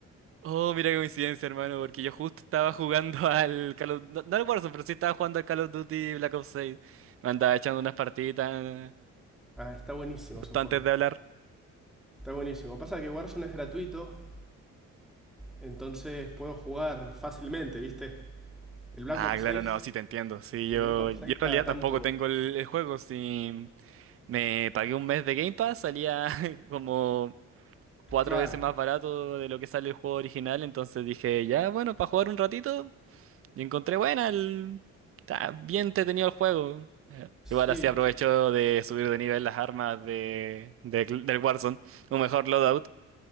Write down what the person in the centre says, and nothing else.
Ah, está buenísimo
ese juego.
Está buenísimo. Pasa que Warzone es gratuito, entonces puedo jugar fácilmente, ¿viste? El Black
Ops
6,
el
Black Ops
6
cada
tanto,
claro.
Sí,